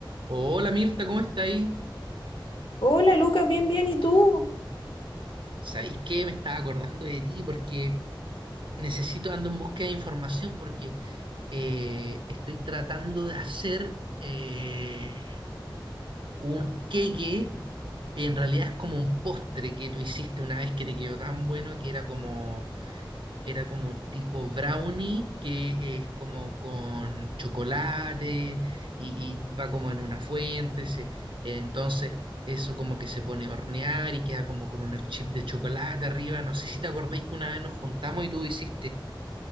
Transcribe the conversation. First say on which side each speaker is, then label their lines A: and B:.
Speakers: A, on the right (about 70°); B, on the left (about 80°).
A: Hola Mirta, ¿cómo está ahí?
B: Hola Lucas, bien, bien, ¿y tú?
A: ¿Sabéis qué? Me estaba acordando de ti porque necesito, ando en búsqueda de información porque eh, estoy tratando de hacer eh, un queque, en realidad es como un postre que tú hiciste una vez que te quedó tan bueno que era como Era como un tipo brownie que es como con chocolate y, y va como en una fuente. se- eh, entonces eso como que se pone a hornear y queda como con unos chips de chocolate arriba. No sé si te acordáis que una vez nos juntamos y tú hiciste.